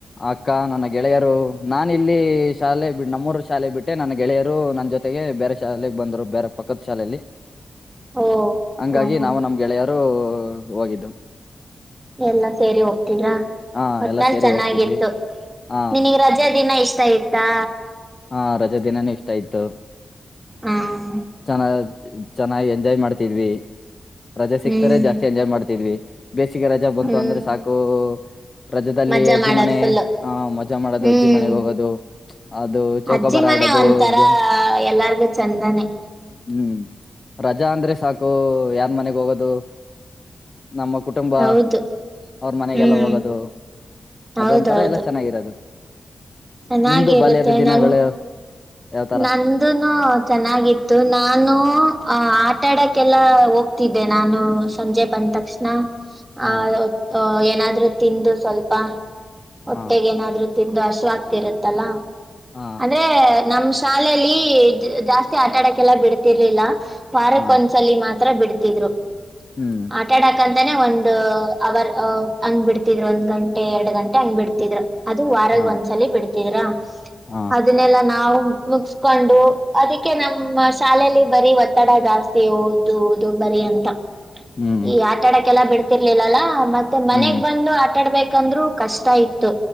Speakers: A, on the left (about 40°); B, on the right (about 15°).
A: ಅಕ್ಕ ನನ್ನ ಗೆಳೆಯರು ನಾನು ಇಲ್ಲಿ ಶಾಲೆ ಬಿ ನಮ್ಮೂರು ಶಾಲೆ ಬಿಟ್ಟೆ ನನ್ನ ಗೆಳೆಯರು ನನ್ನ ಜೊತೆ ಬೇರೆ ಶಾಲೆಗೆ ಬಂದ್ರು ಬೇರೆ ಪಕ್ಕದ ಶಾಲೆಯಲ್ಲಿ
B: <inaudible>
A: ಹಂಗಾಗಿ
B: ಹ್ಮ್ ಹ್ಮ್
A: ನಾವು ನಮ್ ಗೆಳೆಯರು ಹೋಗಿದ್ದು
B: ಎಲ್ಲಾ ಸೇರಿ ಹೋಗ್ತರಾ
A: ಹ
B: ಮತ್ತನಲ್
A: ಎಲ್ಲ ಸೇರಿ
B: ಚೆನ್ನಾಗಿತ್ತು
A: ಹೋಗ್ತಿದ್ವಿ ಹ
B: ನಿನಗ್ ರಜಾ ದಿನ ಇಷ್ಟ ಚೈತಾ
A: ಹಾ ರಜೆ ದಿನಾನೂ ಇಷ್ಟ ಆಯ್ತು
B: ಹ್ಮ್
A: ಚನ್ನ ಚೆನ್ನಾಗ್ ಎಂಜಾಯ್ ಮಾಡ್ತಿದ್ವಿ ರಜಾ ಸಿಕ್ತಾರೆ
B: ಹ್ಮ್
A: ಜಾಸ್ತಿ ಎಂಜಾಯ್ ಮಾಡ್ತಿದ್ವಿ ಬೇಸಿಗೆ ರಜಾ ಬಂತು
B: ಹ್ಮ್
A: ಅಂದ್ರೆ ಸಾಕು ರಜದಲ್ಲಿ
B: ಮಜಾ
A: ಅಜಿಮ್ಮನೆ
B: ಮಾಡೋದು ಫುಲ್ಲು
A: ಆಹ ಮಜಾ ಮಾಡೋದು
B: ಹ್ಮ್
A: ಅಜಿಮ್ಮನೆಗ್ ಹೋಗೋದು ಅದು ಚೌಕಬಾರ
B: ಅಜ್ಜಿ ಮನೆ
A: ಆಡೋದು
B: ಒಂತರ
A: ಗೇಮ್
B: ಎಲ್ಲಾರ್ಗು ಚಂದಾನೇ
A: ಹ್ಮ್ ರಜಾ ಅಂದ್ರೆ ಸಾಕು ಯಾರ್ ಮನೆಗ್ ಹೋಗೋದು ನಮ್ಮ ಕುಟುಂಬ
B: ಹೌದು
A: ಅವ್ರ ಮನೆಗೆಲ್ಲ
B: ಹ್ಮ್
A: ಹೋಗೋದು
B: ಹೌದೌದು
A: ಅದೊಂಥರ ಎಲ್ಲ ಚೆನ್ನಾಗಿರೋದು
B: ಚೆನ್ನಾಗಿರುತ್ತೆ
A: ನಿಮ್ದು ಬಾಲ್ಯದ ದಿನಗಳು
B: ನಂಗ್
A: ಯಾವ್ತರ
B: ನಂದುನು ಚೆನ್ನಾಗಿತ್ತು ನಾನು ಆ ಆಟ ಆಡಕ್ಕೆಲ್ಲ ಹೋಗ್ತಿದ್ದೆ ನಾನು ಸಂಜೆ ಬಂದ ತಕ್ಷಣ
A: ಹ
B: ಆ ಏನಾದ್ರು ತಿಂದು ಸ್ವಲ್ಪ ಹೊಟ್ಟೆಗೆ
A: ಹ
B: ಏನಾದ್ರು ತಿಂದು ಹಶವಕ್ತಿ ಇರುತ್ತಲ್ಲ
A: ಹ
B: ಅಂದ್ರೆ ನಮ್ಮ ಶಾಲಲಿ ಜಾಸ್ತಿ ಆಟ ಆಡಕ್ಕೆಲ್ಲ ಬಿಡ್ತಿರ್ಲಿಲ್ಲ ವಾರಕ್ಕ
A: ಹ
B: ಚಲಿ ಮಾತ್ರ ಬಿಡ್ತಿದ್ರು
A: ಹ್ಮ್
B: ಆಟ ಆಡಕಂತಾನೆ ಒಂದ್ ಅವರ್ ಅ ಹಂಗ್ ಬಿಡ್ತಿದ್ ಒಂದ್ ಗಂಟೆ ಎರಡ್ ಗಂಟೆ ಹಂಗ್ ಬಿಡ್ತಿದ್ರು. ಅದು ವಾರಗ್
A: ಹ
B: ಒಂದ್ಸಲಿ ಬಿಡ್ತಿದ್ರ
A: ಹ
B: ಅದನ್ನೆಲ್ಲಾ ನಾವು ಮುಗ್ಸ್ಕೊಂಡು ಅದಕ್ಕೆ ನಮ್ಮ ಶಾಲೆಯಲ್ಲಿ ಬರೀ ಒತ್ತಡ ಜಾಸ್ತಿ ಓ ದು ಓದು ಬರಿ ಅಂತ.
A: ಹ್ಮ್
B: ಈ ಆಟಾಡಕ್ಕೆಲ್ಲ ಬಿಡ್ತಿರ್ಲಿಲ್ಲಲ್ಲ ಮತ್ತೆ ಮನೆಗ್
A: ಹ್ಮ್
B: ಬಂದು ಆಟ ಆಡ್ಬೇಕಂದ್ರು ಕಷ್ಟ ಇತ್ತು